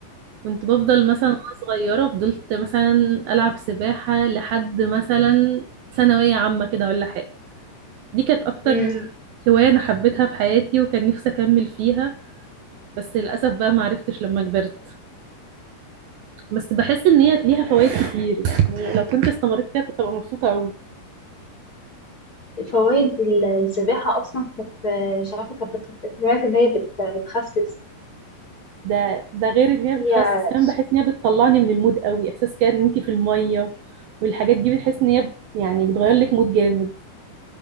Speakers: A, on the right (about 70°); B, on the left (about 20°).
A: كنت بفضل مثلا وانا صغيرة فضلت مثلا العب سباحة لحد مثلا ثانوية عامة كده ولا حاجة دي كانت اكتر
B: امم
A: هواية انا حبيتها في حياتي وكان نفسي اكمل فيها بس للاسف بقى ما عرفتش لما كبرت بس بحس ان هي ليها فوائد كتير يعني لو كنت استمريت فيها كنت ابقى مبسوطة قوي
B: فوائد ال- السباحة اصلا كانت مش عارفة كانت بت- سمعت ان هي بت- بتخسس
A: ده ده غير ان هي
B: هي
A: بتخسس كمان بحس ان هي بتطلعني من المود قوي احساس كده ان انت في الميه والحاجات دي بتحس ان هي بت- يعني بتغير لك مود جامد